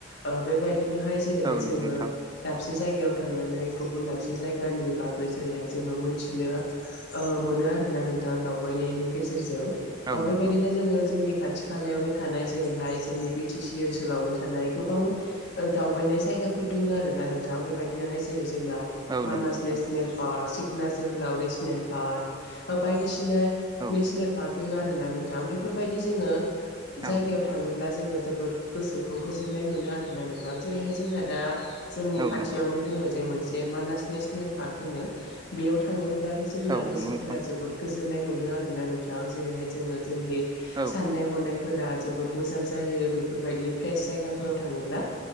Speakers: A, on the left; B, on the right.
A: ओ बेबाय बिदिनोहाय जेरैहाय
B: औ नंगौ
A: जोङो
B: नोंथां
A: द दसे जायगायाव थांनानै गुबुन दाबसे जायगानि बागै जेरैहाय जोङो मोनथिनो ओ मोनो आरोना नोंथां दावबायनायनि गेजेरजों
B: औ
A: ओ बेबायदिनो
B: नंगौ
A: जोङो जोंनि खाथि खालायावनो थानाय जेरैहाय जोंनि बि टि सि ओनसोलावनो थानाय गोबां दावबायनाय जायगाफोर दङ आरोना नोंथां बेबायदिनोहाय जेरै जोंना
B: औ
A: मानास
B: नंगौ नोंथां
A: नेसनेल पार्क सिखना जोहोलाव नेशनेल पार्क बायदिसिना
B: औ
A: नेसनेल पार्क दङ आरोना नोंथां बेफोरबायदि जोङो
B: औ
A: जायगायाव थाङोब्ला जोङो जोबोद गोसोखौ गोजोननाय मोनो आर नोंथां जेरैहाय जोंना दा जोंनि
B: औ
A: खाथियावनो
B: नंगौ
A: दोङो जे मोनसे मानास नेसनेल पार्क होनो बेयाव थाङोब्लाबो जोंना
B: औ
A: गोसोफोरा
B: नंगौ नोंथां
A: जोबो गोज जोननाय मोनो आरोना नोंथां जेरैहाय जोङो जोंनि
B: औ
A: साननाय हनाय फोरा जोबोद मोजां जायो। बेफोरबायदि फ्रेस जायगाफोराव थाङोब्ला